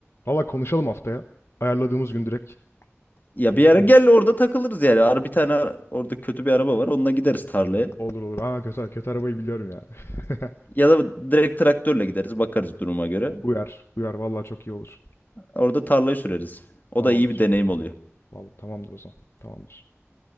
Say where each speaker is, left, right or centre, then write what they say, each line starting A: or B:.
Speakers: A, on the left; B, on the left.
A: Valla konuşalım haftaya. Ayarladığımız gün direkt,
B: Ya
A: direkt
B: bir
A: gidelim.
B: ara gel orada takılırız yani. Ara bir tane ara- orada kötü bir araba var. Onunla gideriz tarlaya.
A: Olur olur. Aa kötü, kötü arabayı biliyorum ya. <laughs>
B: Ya da direkt traktörle gideriz. Bakarız duruma göre.
A: Uyar. Uyar. Valla çok iyi olur.
B: Orada tarlayı süreriz. O
A: Tamamdır.
B: da iyi bir deneyim oluyor.
A: Valla tamamdır o zaman. Tamamdır.